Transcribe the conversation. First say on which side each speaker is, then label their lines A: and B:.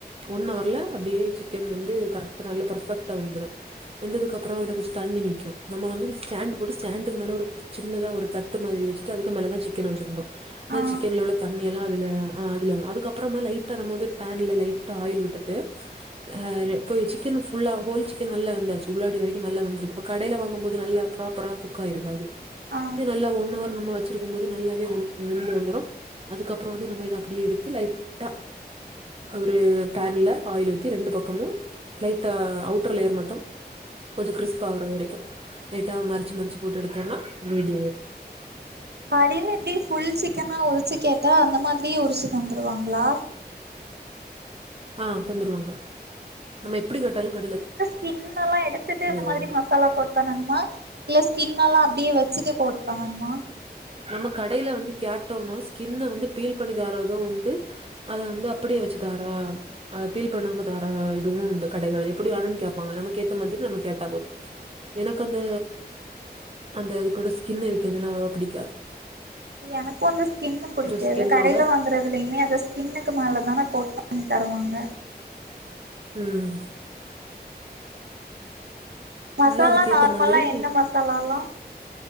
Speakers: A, on the right; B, on the right.
A: ஒன் அவர்ல அப்டியே சிக்கன் வ து கரெக்ட நல்லா பெர்ஃபெக்டா வெந்துரு வெந்ததுக்கு அப்றோ அதுல கொஞ்சோ தண்ணி நிக்கூ நம்ம வந்து அது ஸ்டேண்டு போட்டு ஸ்டேண்டுக்கு மேல ஒருத் சின்னதா ஒரு தட்டு மாதிரி வெச்சுட்டு அதுக்கு மேல தா சிக்கன வெச்சிருந்தோ
B: ஆ
A: அ சிக்கன்ல உள்ள தண்ணி எல்லா அதுல ஆ அதுல வரு அதுக்கப்றமா லைட்டா நம்ம வந்து ஒரு பேன்ல லைட்டா ஆயில் விட்டுட்டு அ
B: ம்
A: ரெ போயி சிக்கன ஃபுல்லா ஹோல் சிக்கன் நல்லா வெந்தாச்சு உள்ளாடி வரைக்கு நல்லா வெந்துருக்கு ப்ப கடைல வாங்கும் போது நல்லா ப்ராப்பரா குக் ஆய்ருகாது
B: ஆ
A: இது நல்லா ஒன் அவ நம்ம வெச்சிருக்கும் போது நல்லாவே வெ வெந்து வந்துரு அதுக்கப்றோ வந்து நம்ம இத அப்டியே எடுத்து லைட்டா ஒரு பேன்ல ஆயில் ஊத்தி ரெண்டு பக்கமு லைட்டா அவுட்டர் லேயர் மட்டும் கொஞ்சோ கிறிஸ்பா ஆவுற வரைக்கு லைட்டா மறச்சு மறச்சு போட்டு எடுத்தம்னா ரெடி ஆய்
B: கடைல எப்டி ஃபுல் சிக்கனா உரிச்சு கேட்டா அந்த மாதிரியே உரிச்சு தந்துருவாங்ளா
A: ஆ தந்துருவாங்க நம்ம எப்டி கேட்டாலு கடைல
B: கின் னெல்லா எடுத்துட்டு இந்த
A: தருவாங்க
B: மாதிரி மசாலா போட் பண்ணணுமா இல்ல ஸ்கின் எல்லா அப் டி வெ ச்சுட்டு கோட் பண்ணண்மா
A: நம்ம கடைல வந்து கேட்டோம்னாவே ஸ்கின்ன வந்து பீல் பண்ணி தாரது உண்டு அத வந்து அப்பிடே வெச்சு தாரா ஆ பீல் பண்ணாம தாரா இதுவு உண்டு கடைகள்ல எப்பிடி வேணுன் கேப்பாங்க நமக்கு ஏத்த மாதுரி நம்ம கேட்டா போது எனக்கு அந்த அந்த அது கூட ஸ் கின்னு இருக்கதுலா அவ்ளோவா பிடிக்கா
B: எனக்கு அந்த ஸ்கின்னு புடிக்காது
A: ஸ்கின்னோட
B: கடைல வாங்கறதுலயுமே அந்த ஸ்கின்னுக்கு மேலதான கோட் பண்ணி தருவாங்க
A: ம் <inaudible>
B: மசாலா
A: நல்லா அதுக்கேத்த
B: நார்மலா
A: மாதிரி
B: என்ன மசாலாலா